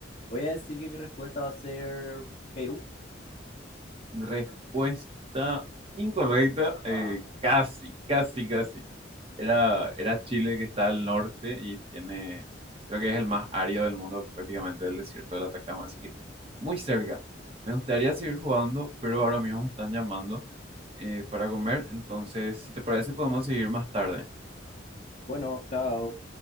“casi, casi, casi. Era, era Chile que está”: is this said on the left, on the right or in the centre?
Right